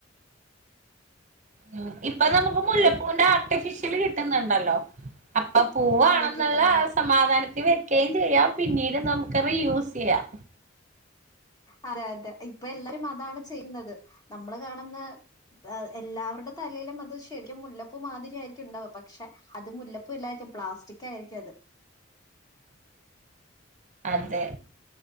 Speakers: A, on the right (about 40°); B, on the left (about 20°).
A: ഉം ഇപ്പൊ നമുക്ക് മുല്ലപ്പൂന്റെ ആർട്ടിഫിഷ്യല് കിട്ടുന്ന്ണ്ടല്ലോ? അപ്പൊ പൂവാണെന്ന്ള്ള
B: അതൊക്കെ കിട്ടുന്നുണ്ട്
A: സമാധാനത്തിന് വെക്കേം ചെയ്യാം പിന്നീട് നമ ക്ക് റി യൂസെയ്യാം
B: അതെ അതെ ഇപ്പല്ലരും അതാണ് ചെയ്യുന്നത് നമ്മള് കാണുന്ന എല്ലാവരുടെ തലേലും അത് ശരിക്കും മുല്ലപ്പൂമാതിരി ആയിരിക്കുണ്ടാവ പക്ഷെ അത് മുല്ലപ്പൂവെല്ലായിരിക്കും പ്ലാസ്റ്റിക്കായിരിക്കു അത്
A: അതെ